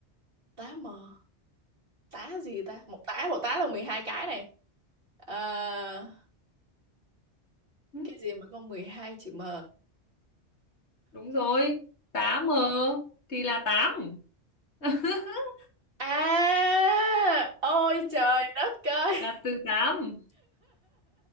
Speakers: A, on the right; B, on the left.
A: tá mờ tá gì ta một tá một tá là 12 cái này Ờ,
B: Ừ.
A: cái gì mà có 12 chữ m
B: đúng rồi tám M thì là tám <laughs>
A: à ôi trời đất ơi
B: là từ tám